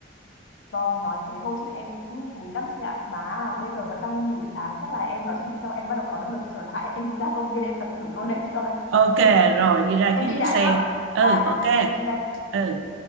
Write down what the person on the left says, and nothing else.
Vâng, nói thế thôi chứ em cũng chú ý lắm chị ạ. Mà bây giờ vẫn đang buổi sáng, chắc là em nói chuyện chị xong em bắt đầu có động lực trở lại. <laughs> Em ra công viên em tập thử luôn đấy chị ơi.
Em
đi
đã
nhá.
Dạ,
em đi đây.